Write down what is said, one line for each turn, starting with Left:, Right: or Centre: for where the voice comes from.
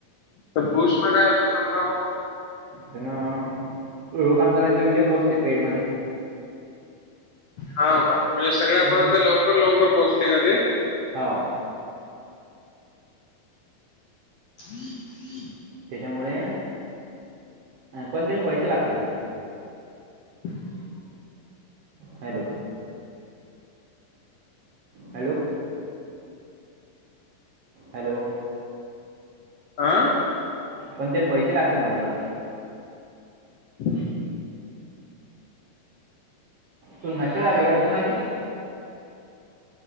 Left: तर बूस्ट काय होते समजा मग
Right: त्यांना लोकांपर्यंत व्हिडिओ पोहोचते पेट मध्ये,
Left: हो का, म्हणजे सगळ्यापर्यंत
Right: हम्म.
Left: लवकर लवकर पोहोचते का ते?
Right: हाव.
Left: त त <unintelligible>
Right: त्याच्यामुळे पण तेल पैसे लागते बाई.
Left: <unintelligible>
Right: हॅलो. हॅलो. हॅलो.
Left: आं.
Right: पण तेला पैसे लागते म्हटलं.
Left: ह्.
Right: तुून मेसेज आले अरे कोणाचे?